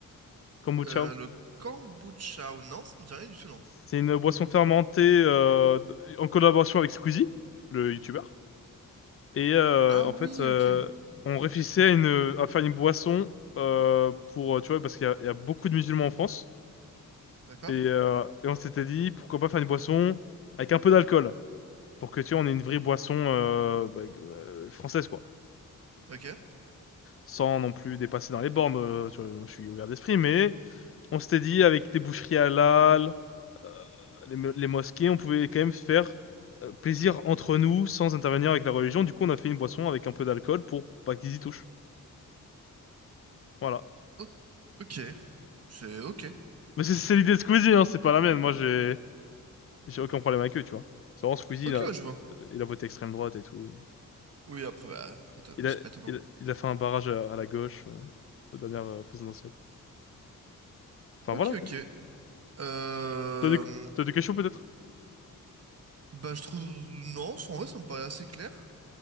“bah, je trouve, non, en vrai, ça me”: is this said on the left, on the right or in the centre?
Right